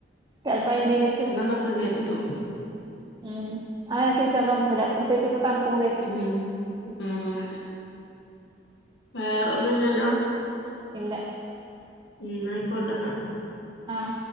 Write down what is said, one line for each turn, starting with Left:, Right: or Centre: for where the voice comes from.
Right: ചെൽപ്പം അയ്പേനിച്ചും.
Left: ഇന്നൊക്കെ കേര് തും
Right: മ് ആ ഏര്ത്തീച്ചാനോന്നൂല പ്രത്യേകിച്ച് ഇപ്പോ തണുപ്പും കൂടായിട്ടെ.
Left: ഉം ഉം. വേറെന്നുംല്ലല്ലോ?
Right: ഇല്ല.
Left: ഇന്നായ്ക്കോട്ടെന്നാ.
Right: ആഹ്.